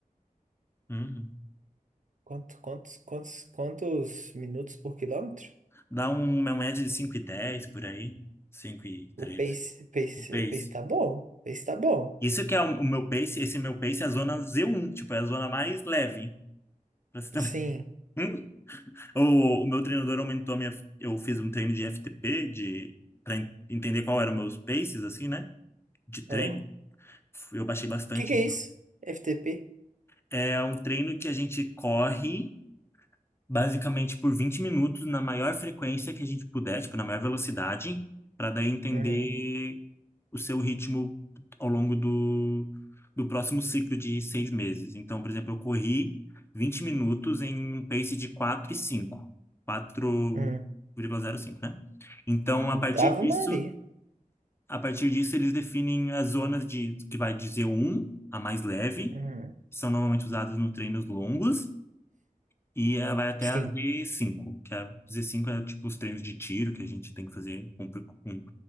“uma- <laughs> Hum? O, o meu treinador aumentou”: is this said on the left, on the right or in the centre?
Left